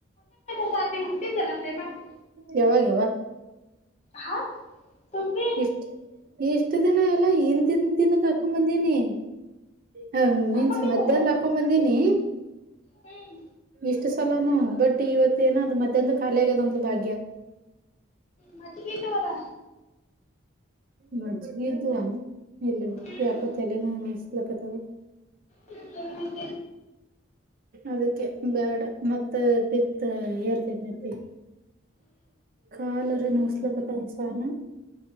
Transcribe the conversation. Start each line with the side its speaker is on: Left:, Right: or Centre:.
Left: <unintelligible>
Right: ಯಾವಾಗ ಯವ್ವಾ.
Left: ಹಾ ಸುಬ್ಬಿ
Right: ಇಷ್ಟ ಇಷ್ಟ ದಿನ ಎಲ್ಲಾ ಹಿಂದೀನ್ ದಿನದ ಹಾಕೊಂಬಂದಿನಿ ಹ ಮೀನ್ಸ್
Left: ಹಾಕೊಂಡಿದ
Right: ಮಧ್ಯಾಹ್ನದ ಹಾಕೊಂಡ್ ಬಂದೀನಿ.
Left: ಹ್ಮ್
Right: ಇಷ್ಟ ಸಲಾನೂ. ಇವತ್ತ ಏನೋ ಅದು ಮಧ್ಯಾಹ್ನ ದಾಗ್ ಖಾಲಿ ಆಗ್ಯದ ಅಂದ್ಲ ಭಾಗ್ಯ.
Left: ಮಜ್ಜಿಗಿದ್ದವಲ್ಲ
Right: ಮಜ್ಗಿ ಇದ್ದುವಾ. ಇಲ್ಲ
Left: ಹ್ಮ್
Right: ಯಾಕೊ ತಲೀನು ನುಸ್ಲಿಕ್ಕತದ.
Left: ಹ್ಮ
Right: ಅದಕ್ಕೆ ಬ್ಯಾಡ ಮತ್ತ ಪಿತ್ ಏರ್ತೆತ ನೆತ್ತಿಗ. ಕಾಲರೆ ನೋಸ್ಲ ಕತ ಒಸಣ